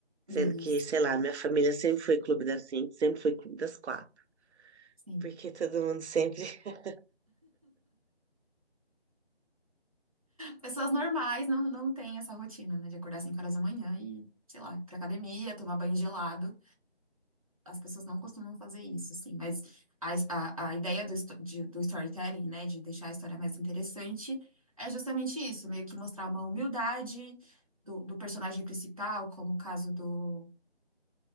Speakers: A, on the right (about 85°); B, on the right (about 35°).
A: Sendo
B: Isso,
A: que, sei lá, minha família sempre foi Clube das cinco, sempre foi Clube das quatro.
B: sim.
A: Porque todo mundo sempre. <laughs>
B: Pessoas normais não, não têm essa rotina, né, de acordar cinco horas da manhã e, sei lá, ir pra academia, tomar banho gelado. As pessoas não costumam fazer isso, assim, mas a, a, a ideia do, esto- de- do storytelling, né, de deixar a história mais interessante, é justamente isso, meio que mostrar uma humildade do, do personagem principal, como o caso do